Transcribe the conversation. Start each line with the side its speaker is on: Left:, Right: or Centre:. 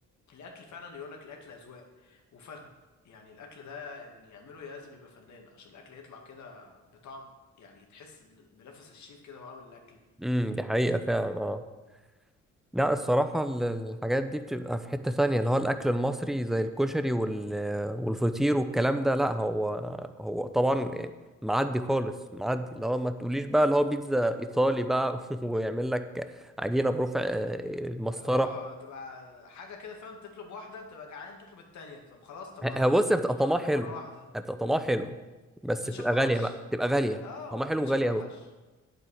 Left: الاكل فعلا يقول لك الاكل اذواق وفن يعني الاكل ده اللي يعمله لازم يبقى فنان عشان الاكل يطلع كده بطعم يعني تحس إن بنفس الشيف كده هو عامل الاكل
Centre: امم دي حقيقة فعلا اه لا الصراحة ال- الحاجات دي بتبقى في حتة تانية اللي هو الأكل المصري زي الكشري وال... والفطير والكلام ده لا هو هو طبعا يعني معدي خالص معدي اللي هو ما تقوليش بقى اللي هو بيتزا إيطالي بقى <laughs> ويعمل لك عجينة برفع آه، المسطرة
Left: اه تبقى حاجه كده فاهم تطلب واحده تبقى جعان تطلب التانية طب خلاص طب
Centre: ه-
Left: ما,
Centre: هو
Left: ما
Centre: بص هي بتبقى
Left: تطلب
Centre: طعمها
Left: اتنين
Centre: حلو
Left: مره واحده ما
Centre: هي بتبقى طعمها حلو بس
Left: بتشبعش
Centre: بتبقى غالية بقى بتبقى غالية
Left: اه
Centre: طعمها
Left: وما
Centre: حلو
Left: بتشبعش
Centre: وغالية أوي